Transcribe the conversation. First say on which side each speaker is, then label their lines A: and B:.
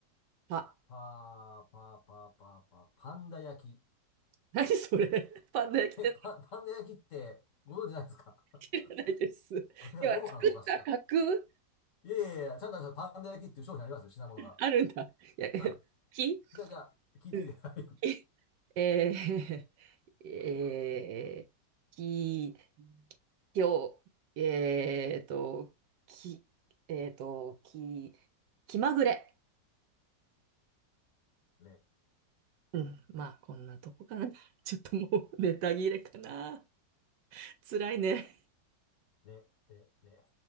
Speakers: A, on the right; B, on the left.
A: ぱ。
B: パー、パー、パー、パー、パー、パンダ焼き。
A: <laughs> 何それパンダ焼きって
B: え、パ、パンダ焼きって、ご存知ないですか <laughs>
A: 知らないです。
B: あれはローカルのお菓子か。
A: 要は作った架空
B: いやいやいや、ちゃんとあのパンダ焼きっていう商品ありますよ、品物が。
A: あるんだ。いや、
B: はい。
A: 木
B: じゃあ、じゃあ、聞いて、
A: うん
B: はい。
A: 木えー、<laughs> えー、き、きょ、えーと、き、えーと、き、気まぐれ。
B: レ、
A: うん、まあ、こんなとこかな。<laughs> ちょっともう <laughs> ネタ切れかな。辛いね。
B: レ、レ、レ。